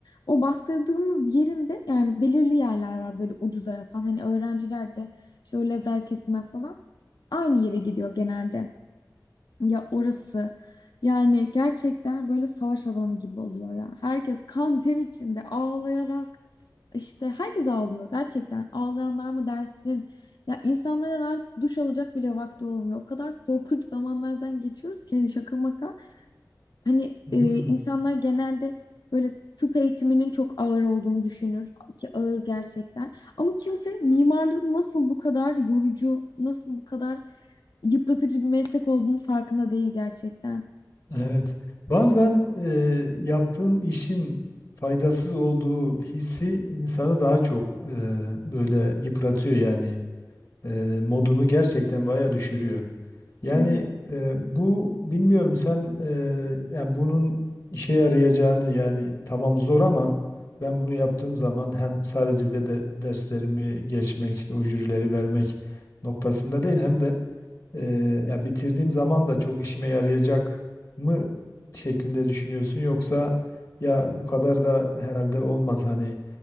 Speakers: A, on the left; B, on the left.
A: O bastırdığımız yerinde yani belirli yerler var böyle ucuza yapan hani öğrenciler de işte o lazer kesime falan aynı yere gidiyor genelde. Ya orası yani gerçekten böyle savaş alanı gibi oluyor ya. Herkes kan ter içinde ağlayarak işte herkes ağlıyor gerçekten. Ağlayanlar mı dersin? Ya insanların artık duş alacak bile vakti olmuyor. O kadar korkunç zamanlardan geçiyoruz ki hani şaka maka. Hani
B: Hmm,
A: e, insanlar genelde böyle tıp eğitiminin çok ağır olduğunu düşünür ki ağır gerçekten. Ama kimse mimarlığın nasıl bu kadar yorucu, nasıl bu kadar yıpratıcı bir meslek olduğunu farkında değil gerçekten.
B: evet. Bazen e, yaptığın işin faydasız olduğu hissi insanı daha çok e, böyle yıpratıyor yani. e, modunu gerçekten bayağı düşürüyor. Yani
A: Evet.
B: e, bu bilmiyorum sen e, yani bunun işe yarayacağını yani tamam zor ama ben bunu yaptığım zaman hem sadece de de derslerimi geçmek işte o jürileri vermek noktasında değil hem de e, ya bitirdiğim zaman da çok işime yarayacak mı şeklinde düşünüyorsun yoksa ya bu kadar da herhalde olmaz hani